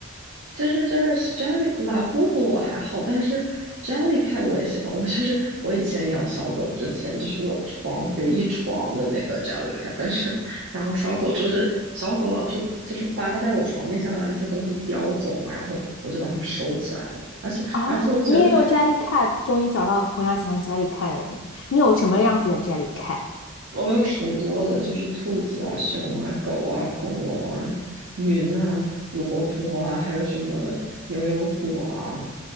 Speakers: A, on the right; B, on the left.
A: 就是就是 Jelly 拉布布我还好，但是 Jellycat 我也喜欢。我就是我以前养小狗之前，就是我床有一床的那个 Jellycat，但是然后小狗就是小狗老是就是扒在我床边，想把那些东西叼走嘛，然后我就把它们收起来了。而且而且我觉得
B: 啊。你也有 Jellycat，终于找到同样喜欢 Jellycat 的人。你有什么样子的 Jellycat？
A: 我有挺多的，就是兔子啊、熊啊、狗啊、恐龙啊、云啊、萝卜啊，还有什么牛油果啊。